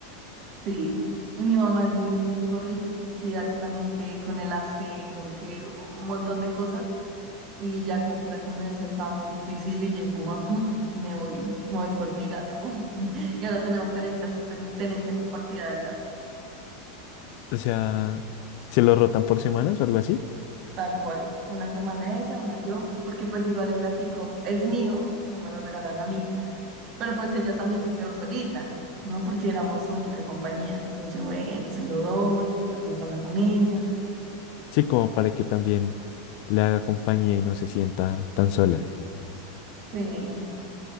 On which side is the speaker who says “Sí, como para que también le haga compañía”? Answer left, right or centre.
Left